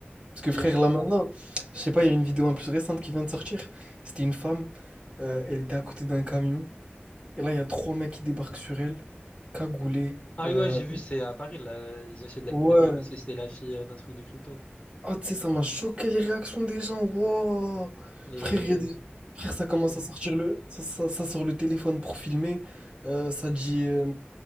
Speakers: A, on the right; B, on the left.
A: Parce que frère,
B: Et...
A: là maintenant, je sais pas, il y a une vidéo un plus récente qui vient de sortir. C'était une femme, euh, elle était à côté d'un camion et là il y a trois mecs qui débarquent sur elle, cagoulés.
B: Ah
A: euh,
B: oui, ouais, j'ai vu, c'est à Paris, là. Ils ont essayé de la
A: Ouais.
B: kidnapper parce que c'était la fille euh, d'un truc de crypto.
A: Ah, tu sais, ça m'a choqué les réactions des gens. Wow.
B: Les.
A: Frère, il y a des... Frère, ça commence à sortir le... Ça, ça, ça sort le téléphone pour filmer. Euh, ça dit... euh,